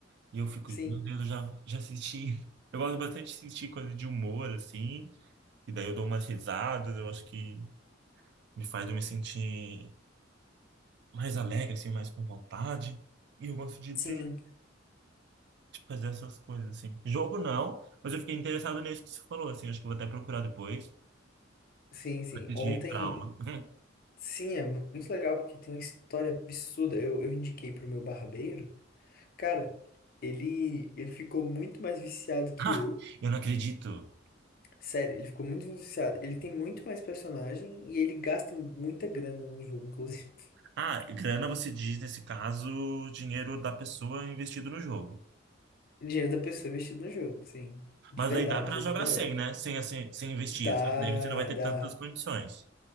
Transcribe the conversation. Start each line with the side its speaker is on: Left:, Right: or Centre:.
Right: E eu fico,
Left: Sim.
Right: meu Deus, eu já, já assisti. Eu gosto bastante de assistir coisa de humor, assim, e daí eu dou umas risadas, eu acho que me faz eu me sentir mais alegre, assim, mais com vontade. E eu gosto de
Left: Sim.
Right: ter fazer essas coisas, assim. Jogo não, mas eu fiquei interessado nisso que você falou, assim. Acho que eu vou até procurar depois,
Left: Sim, sim.
Right: antes
Left: Ontem.
Right: de ir pra aula. <laughs>
Left: Sim, é muito legal porque tem uma história absurda. Eu, eu indiquei pro meu barbeiro. Cara, ele, ele ficou muito mais viciado que
Right: Ah,
Left: eu.
Right: Eu não acredito.
Left: Sério, ele ficou muito viciado. Ele tem muito mais personagem e ele gasta muita grana no jogo, inclusive.
Right: Ah, grana você diz, nesse caso, dinheiro da pessoa investido no jogo.
Left: <laughs> Dinheiro da pessoa investido no jogo, sim. De
Right: Mas
Left: verdade,
Right: aí dá pra
Left: dinheiro
Right: jogar
Left: de verdade.
Right: sem, né? Sem, assim, sem investir.
Left: Dá,
Right: Só que Daí você não vai ter
Left: dá,
Right: tantas condições.